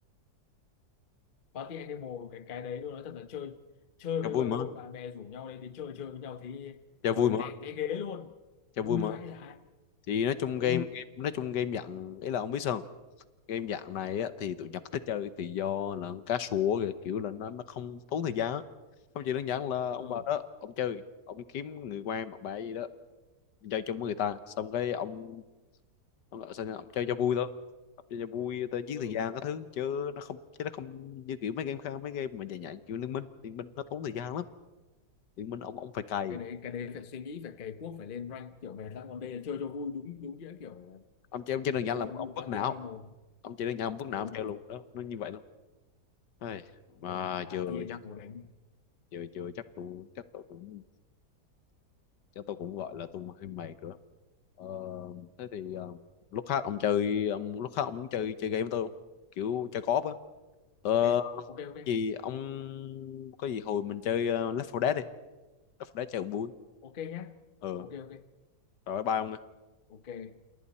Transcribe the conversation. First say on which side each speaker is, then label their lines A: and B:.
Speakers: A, on the left; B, on the left.
A: Party Animal cái cái đấy tôi nói thật là chơi chơi
B: cho
A: với
B: vui
A: bạn-
B: mà
A: hội bạn bè rủ nhau đấy đi chơi chơi với nhau thì
B: cho
A: cười
B: vui mà
A: té té ghế luôn
B: cho
A: vui
B: vui mà
A: vãi lại
B: thì nói chung
A: ừ
B: game game nói chung game dặn ấy là ông biết sao game dạng này á, thì tụi Nhật thích chơi thì do là cá sủa kìa, kiểu là nó nó không tốn thời gian á. không chỉ đơn giản là ông
A: ừ
B: vào đó ông chơi ông kiếm người quen bạn bè gì đó chơi chung với người ta xong cái ông ông, ông, ông chơi cho vui thôi Ông chơi cho vui tới giết
A: ừ
B: thời gian các thứ chứ nó không chứ nó không như kiểu mấy game khác mấy game mà dài dài kiểu liên minh liên minh nó tốn thời gian lắm liên minh ông ông phải cày
A: cái đấy cái đấy phải suy nghĩ phải cày cuốc phải lên rank kiểu mệt lắm còn đây là chơi cho vui đúng đúng nghĩa kiểu
B: ông chơi ông chơi đơn
A: kiểu
B: giản
A: chơi
B: là
A: cho vui
B: ông vứt
A: Party
B: não
A: Animal
B: ông chơi đơn giản ông vứt não
A: ừ
B: ông chơi luôn đó nó như vậy luôn Ai, mà
A: ừ Party
B: vừa
A: Animal
B: chắc
A: đánh
B: vừa vừa chắc tụi chắc tụi cũng Chắc tôi cũng gọi là tung hơi mày rồi. đó. Ờ, thế thì ờ, lúc khác ông chơi ông lúc khác ông muốn chơi chơi game với tôi không? Kiểu chơi co-op á. Ờ,
A: ok ok ok
B: gì ông có gì hồi mình chơi ờ, Left 4 Dead đi. Left 4 Dead chơi cũng vui.
A: ok nhá
B: Ờ,
A: ok ok
B: rồi bye bye ông. nha.
A: ok